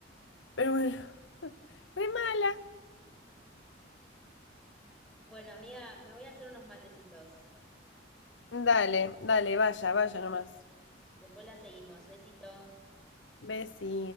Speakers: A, on the left (about 75°); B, in the centre.
A: Pero bueno, <laughs> re mala.
B: Bueno, amiga, me voy a hacer unos matecitos.
A: Dale, dale, vaya, vaya nomás.
B: Después la seguimos. Besito.
A: Besí.